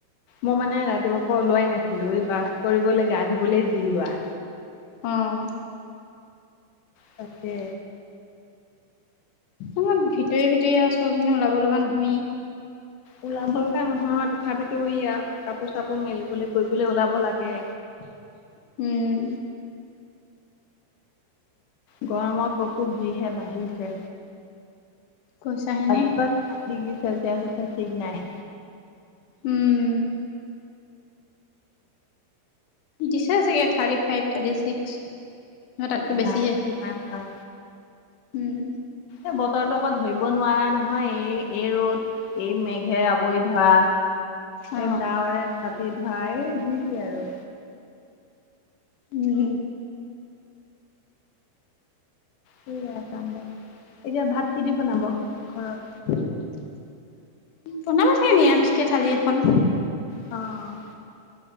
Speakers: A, on the left; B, on the left.
A: মই মানে ৰাতিপুৱাৰ পৰা ওলোৱাই নাছিলো। এই ব্ৰাছ কৰিবলৈ, গা ধুবলৈ যি ওলোৱা।
B: অহ।
A: তাকে।
B: তোমাৰ ভিতৰি- ভিতৰি আৰু চবখিনি। ওলাব লগা নহয়েই।
A: ওলাব লগা নহয়। তথাপিতো এইয়া কাপোৰ- চাপোৰ মেলিবলৈ- কৰিবলৈ ওলাব লাগে।
B: <unintelligible> উম।
A: গৰমৰ প্ৰকোপ যিহে বাঢ়িছে,
B: কৈছা হেনে
A: <unintelligible> কিমান ডিগ্ৰী চেলচিয়াছ উঠে, ঠিক নাই।
B: উম। দিছে চাগে থাৰ্টি -ফাইভ, থাৰ্টি -ছিক্স। ন তাতকৈ বেছিহে
A: জানো কিমান হয়!
B: উম।
A: এই বতৰটো আকৌ ধৰিব নোৱাৰা নহয়, এই -এই ৰ'দ। এই মেঘে আৱৰি ধৰা,
B: অ
A: এ ডাৱৰে ছাতি ধৰা, যি তি আৰু।
B: উম।
A: <unintelligible> যাম দে, এতিয়া ভাত কি দি বনাব ঘৰত?
B: বনাব চাগে নিৰামিষকে থালি এখন।
A: অ'।